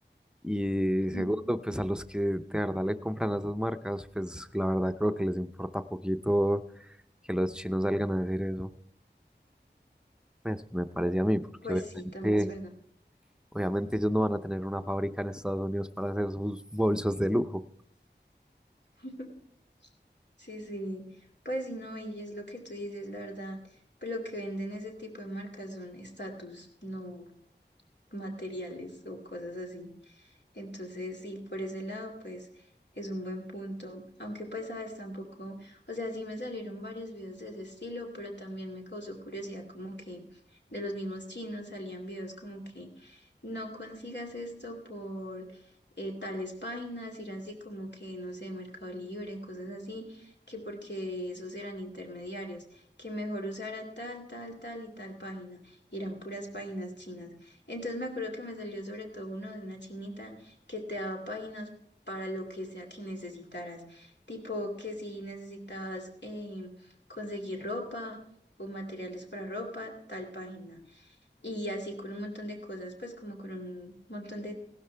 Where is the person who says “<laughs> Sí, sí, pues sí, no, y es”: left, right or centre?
Left